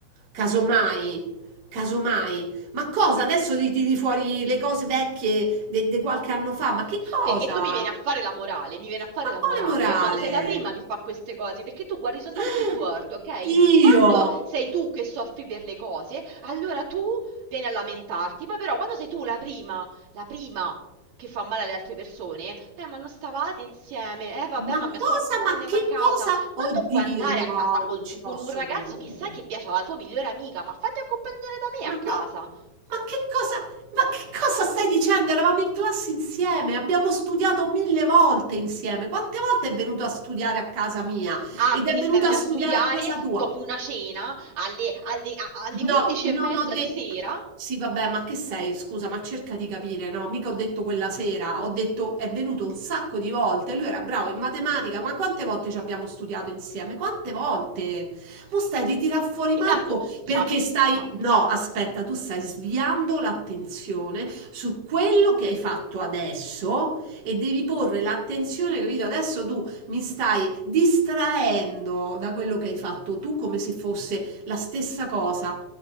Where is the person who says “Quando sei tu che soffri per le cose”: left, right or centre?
Right